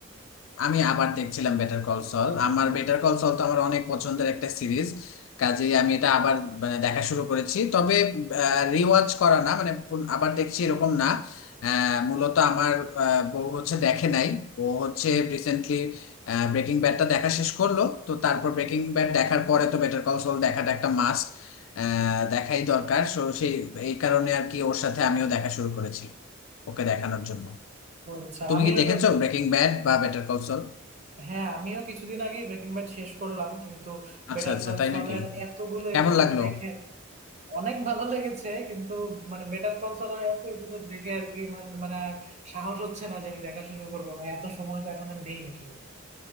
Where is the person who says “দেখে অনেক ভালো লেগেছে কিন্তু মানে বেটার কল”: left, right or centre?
Right